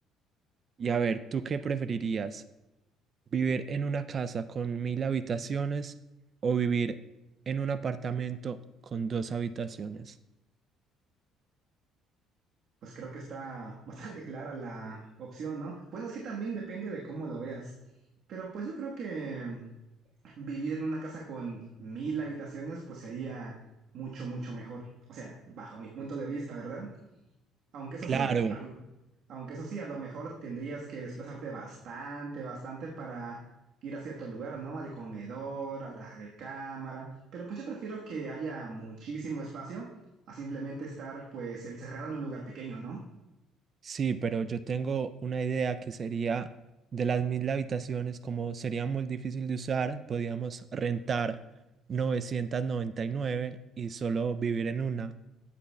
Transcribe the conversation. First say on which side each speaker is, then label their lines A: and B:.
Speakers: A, on the right; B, on the right.
A: Y a ver, ¿tú qué preferirías? ¿Vivir en una casa con mil habitaciones o vivir en un apartamento con dos habitaciones?
B: pues creo que está <laughs> bastante clara la opción, ¿no? Bueno, es que también depende de cómo lo veas. Pero pues yo creo que vivir en una casa con mil habitaciones pues sería mucho, mucho mejor. O sea, bajo mi punto de vista, ¿verdad? Aunque eso
A: Claro.
B: sí, a lo- aunque eso sí, a lo mejor tendrías que desplazarte bastante, bastante para ir a cierto lugar, ¿no? Al comedor, a la recámara. Pero pues yo prefiero que haya muchísimo espacio a simplemente estar pues encerrado en un lugar pequeño, ¿no?
A: Sí, pero yo tengo una idea que sería de las mil habitaciones, como sería muy difícil de usar, podíamos rentar 999 y nueve y solo vivir en una.